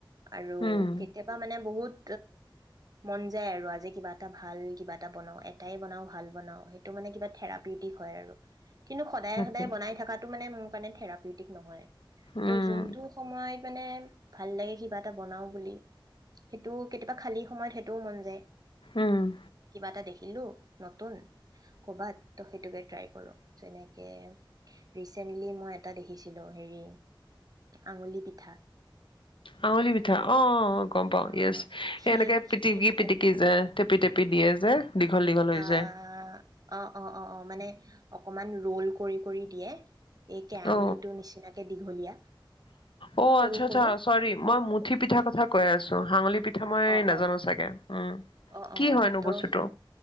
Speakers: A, on the right; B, on the left.
A: আৰু
B: উম
A: কেতিয়াবা মানে বহুত মন যায় আৰু আজি কিবা এটা ভাল কিবা এটা বনাওঁ এটাই বনাওঁ ভাল বনাওঁ সেইটো মানে কিবা থেৰাপিউটিক হয় আৰু কিন্তু সদায়
B: তাকে
A: সদায় বনাই থকাত মানে মোৰ কাৰণে থেৰাপিউটিক নহয় তই
B: উম
A: যোনটো সময়ত মানে ভাল লাগে কিবা এটা বনাও বুলি, সেইটো কেতিয়াবা খালী সময়ত সেইটোও মন যায়
B: উম
A: কিবা এটা দেখিলো নতুন ক'ৰবাত ত' সেইটোকে ট্ৰাই কৰোঁ, যেনেকে ৰিচেণ্টলি মই এটা দেখিছিলোঁ হেৰি আঙুলি পিঠা।
B: আঙুলি পিঠা অ', গম পাওঁ
A: অঁ
B: য়েছ
A: অঁ খীৰ
B: এ এনেকে
A: খীৰ
B: পিটিকি
A: দি
B: পিটিকি যে টেপি টেপি দিয়ে যে দীঘল দীঘল হৈ
A: অ',
B: যায়
A: অ', অ', অ', মানে অকমান ৰোল কৰি কৰি দিয়ে। এই কেৰাঙুলিটোৰ
B: অ,
A: নিচিনাকে দীঘলীয়া
B: অ',
A: সৰু
B: আচ্ছা-আচ্ছা
A: সৰু
B: চৰি মই মুঠি পিঠা কথা কৈ আছো আঙুলি পিঠা
A: অঁ
B: মই
A: অঁ
B: নাজানো
A: অঁ
B: চাগে, উম
A: অঁ
B: কি
A: অঁ অঁ
B: হয়নো
A: তো
B: বস্তুটো?